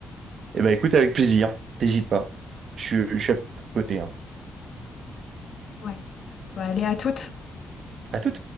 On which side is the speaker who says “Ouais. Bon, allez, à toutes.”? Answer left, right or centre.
Left